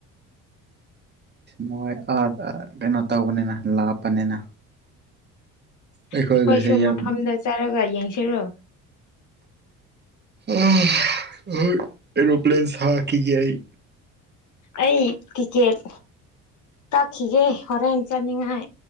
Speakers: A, on the right; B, on the left.
A: ꯃꯣꯏ ꯑꯥ ꯑꯀꯩꯅꯣ ꯇꯧꯕꯅꯤꯅ ꯂꯥꯞꯄꯅꯤꯅ ꯑꯩꯈꯣꯏꯒꯁꯦ
B: ꯑꯩꯈꯣꯏꯁꯨ
A: ꯌꯥꯝ
B: ꯃꯐꯝꯗ ꯆꯥꯔꯒ ꯌꯦꯡꯁꯤꯔꯣ
A: ꯑꯥ ꯍꯣꯏ ꯑꯦꯔꯣꯄ꯭ꯂꯦꯟ ꯁꯈꯤꯒꯦ ꯑꯩ
B: ꯑꯩ ꯇꯤꯀꯦꯠ ꯀꯥꯛꯈꯤꯒꯦ ꯍꯣꯔꯦꯟ ꯆꯠꯅꯤꯡꯉꯥꯏ